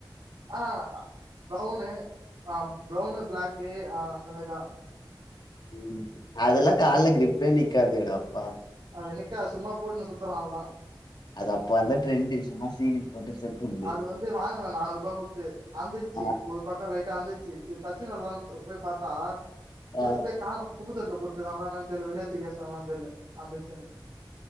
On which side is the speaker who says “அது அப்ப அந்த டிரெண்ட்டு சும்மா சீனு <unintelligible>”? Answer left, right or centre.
Left